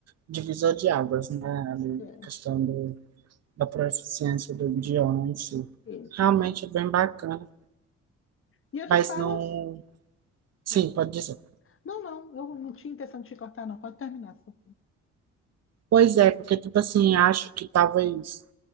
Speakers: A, on the right (about 55°); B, on the left (about 45°).
A: divisor de águas, né, ali,
B: É,
A: a questão do, da proeficiência do idioma em si.
B: isso.
A: Realmente é bem bacana.
B: E eu
A: Mas
B: te falo.
A: não. Sim,
B: Ah,
A: pode dizer.
B: não, não, eu não tinha intenção de te cortar, não. Pode terminar. só.
A: Pois é, porque, tipo assim, acho que talvez,